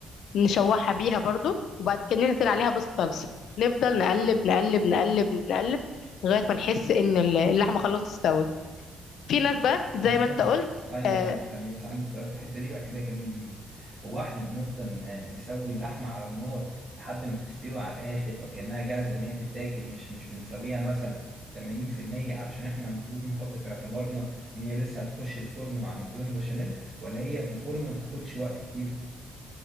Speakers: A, on the left; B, on the right.
A: نشوحها بيها برضو وبعد كده ننزل عليها بالصلصه نفضل نقلب نقلب نقلب نقلب لغايه ما نحس ان ال- اللحمه خلاص استوت في ناس بقى زي
B: طب ثانية
A: ما انت قلت
B: ثانية
A: آه
B: ثانية ثانية بس عندي سؤال في الحتة دي بقى كده كمل لي هو احنا بنفضل ن- نسوي اللحمة على النار لحد ما تستوي على الآخر وكأنها جاهزة إن هي تتاكل مش مش بنسويها مثلا 80% علشان احنا المفروض نحط في اعتبارنا إن هي لسه هتخش الفرن مع المكرونة بشاميل ولا هي في الفرن ما بتاخدش وقت كتير